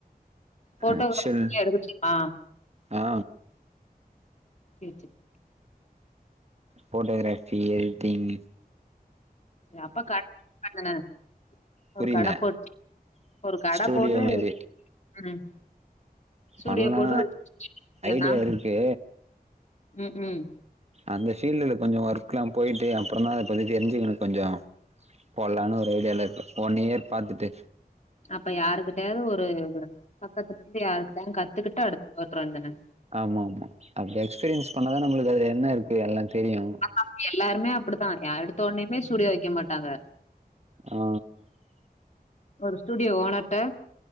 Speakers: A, on the left; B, on the right.
A: போட்டோகிராபி
B: ஆக்சுவல்
A: எடுக்கச்சமா
B: ஆ
A: ஏத்து
B: போட்டோகிராஃபி எடிட்டிங்கு
A: எப்ப காட் வாங்குனே ஒரு
B: புரியல
A: கட போட்டு ஒரு கட
B: ஸ்டூடியோ
A: போட்டு
B: மாரி
A: ம் ஸ்டுடியோ
B: பண்ணலா
A: போட்டு ஏன்னா
B: ஐடியா இருக்கு
A: ம் ம்
B: அந்த ஃபீல்டுல கொஞ்சம் ஒர்க் எல்லாம் போயிட்டு அப்புறம் தான் அதை பத்தி தெரிஞ்சக்கணும் கொஞ்சம் போலாம்னு ஒரு ஐடியால இருக்கு ஒன்னு இயர் பாத்துட்டு
A: அப்ப யாருக்கிட்டாவது ஒரு பக்கத்துல இருந்து யார்கிட்டயாது கத்துக்கிட்டு அடுத்து போட்டுருவ என்னன்னு
B: ஆமா ஆமா அப்டி எக்ஸ்பீரியன்ஸ் பண்ணாதான் நம்மளுக்கு அது என்ன இருக்கு எல்லாம் தெரியும
A: ஆமா எல்லாருமே அப்படித்தான் யாஎடுத்த உடனுமே ஸ்டுடியோ வைக்க மாட்டாங்க
B: ஆ
A: ஒரு ஸ்டுடியோ ஓனரிட்ட